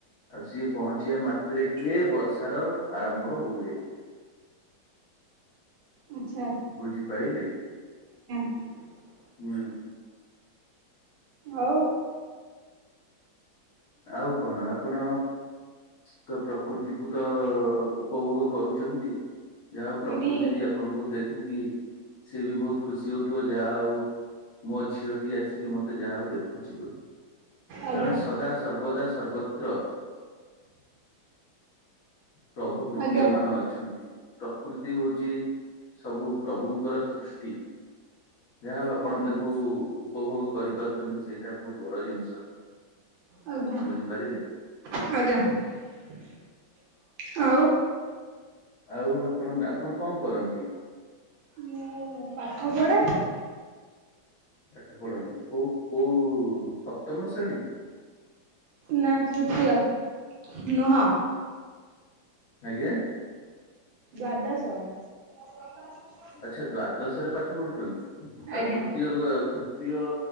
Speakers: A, on the left; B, on the right.
A: ଆଉ ସିଏ ପହଞ୍ଚିବା ମାତ୍ରେ କିଏ ବର୍ଷାର ଆରମ୍ଭ ହୁଏ। <inaudible>
B: ଆଚ୍ଛା
A: ବୁଝି ପାଇଲେ।
B: <inaudible>
A: ହୁଁ।
B: ଆଉ
A: ଆଉ କଣ ଆପଣ ତ ପ୍ରକୃତିକୁତ ଉପଭୋଗ କରୁ ପୂଛନ୍ତି। ଯାହା ହଉ ପ୍ରକୃତି
B: ଏଇଠି
A: ବି ଆପଣଙ୍କୁ ଦେଖିକି ସେବି ବହୁତ ଖୁସି ହଉଥିବ ଯାହା ହଉ। ମୋ ଝିଅଟି ଆସିକି ମତେ ଯାହା ହଉ ଦେଖୁଛି ବୋଲି <inaudible>
B: ଆଜ୍ଞା
A: କାରଣ ସଦା ସର୍ବଦା ସର୍ବତ୍ର <inaudible> ପ୍ରଭୁ ବିଦ୍ୟମାନ
B: ଆଜ୍ଞା
A: ଅଛନ୍ତି। ପ୍ରକୃତି ହଉଛି ସବୁ ପ୍ରଭୁଙ୍କର ସୃଷ୍ଟି। <inaudible> ଯାହା ହଉ ଆପଣ
B: ଆଜ୍ଞା
A: ତାକୁ ଉପଭୋଗ କରିପାରୁଛନ୍ତି। ସେଇଟା ବହୁତ ବଡ଼ ଜିନିଷ।
B: ଆଜ୍ଞା
A: ବୁଝିପାରିଲେ
B: <inaudible> ଆଜ୍ଞା। <inaudible> ଆଉ?
A: ଆଉ ଆପଣ-ଆପଣ କଣ କରନ୍ତି?
B: ମୁଁ ପାଠ ପଢ଼େ
A: ପାଠ ପଢ଼ନ୍ତି କୋଉ କୋଉ ସପ୍ତମ ଶ୍ରେଣୀ। <inaudible>
B: ନାଁ ତୃତୀୟ <inaudible> ନୁହଁ।
A: ଆଜ୍ଞା।
B: <inaudible> ଦ୍ୱାଦଶ। <inaudible>
A: ଆଚ୍ଛା ଦ୍ଵାଦଶ ରେ ପାଠ ପଢୁଛନ୍ତି। ଆଉ
B: ଆଜ୍ଞା
A: ତୃତୀୟ-ତୃ ପ୍ରିୟ